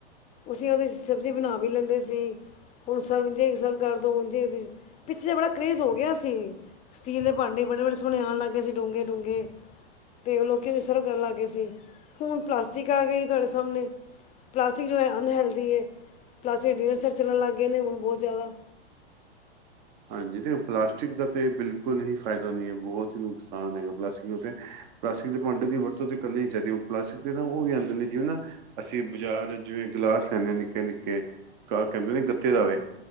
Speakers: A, on the left; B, on the right.
A: ਅਸੀਂ ਉਹਦੇ, ਸਬਜ਼ੀ ਬਣਾ ਵੀ ਲੈਂਦੇ ਸੀ। ਹੁਣ ਸਰਜੇ ਸਰ ਕਰ ਦਉ, ਉਝੇ ਪਿੱਛੇ ਜ ਬੜਾ ਕਰੇਜ਼ ਹੋ ਗਿਆ ਸੀ। ਸਟੀਲ ਦੇ ਭਾਂਡੇ ਬੜੇ ਬੜੇ, ਸੋਹਣੇ ਆਉਣ ਲੱਗ ਗਏ ਸੀ ਡੂੰਗੇੇ -ਡੂੰਘੇ। ਅਤੇ ਉਹ ਲੋਕੀ ਦੀ ਸਰਵ ਕਰਨ ਲੱਗ ਗਏ ਸੀ, ਹੁਣ ਪਲਾਸਟਿਕ ਆ ਗਈ ਤੁਹਾਡੇ ਸਾਹਮਣੇ। ਪਲਾਸਟਿਕ ਜੋ ਹੈ ਅਨਹੈਲਦੀ ਹੈ, ਪਲਾਸਟਿਕ ਦੇ ਡਿਨਰ ਸੈਟ ਚੱਲਣ ਲੱਗ ਗਏ ਨੇ ਹੁਣ ਬਹੁਤ ਜ਼ਿਆਦਾ।
B: ਹਾਂਜੀ, ਤੇ ਪਲਾਸਟਿਕ ਦਾ ਤਾਂ ਬਿਲਕੁਲ ਹੀ ਫ਼ਾਇਦਾ ਨਹੀਂ ਹੈ, ਬਹੁਤ ਹੀ ਨੁਕਸਾਨ ਹੈਗਾ ਪਲਾਸਟਿਕ ਦਾ ਤੇ। ਪਲਾਸਟਿਕ ਦੇ ਭਾਂਡੇ ਦੀ ਵਰਤੋਂ, ਤਾਂ ਕਰਨੀਆਂ ਚਾਹੀਦੀ ਪਲਾਸਟਿਕ ਦੇ ਨਾ ਉਹ ਵੀ ਆਂਦੇ ਨੇ ਜਿਵੇਂ ਨਾ। ਅਸੀਂ ਬਾਜ਼ਾਰ ਜਿਵੇਂ ਗਿਲਾਸ ਲੈਂਦੇ, ਨਿੱਕੇ -ਨਿੱਕੇ ਗ ਕਹਿੰਦੇ ਗੱਤੇ ਦਾ ਹੋਵੇ।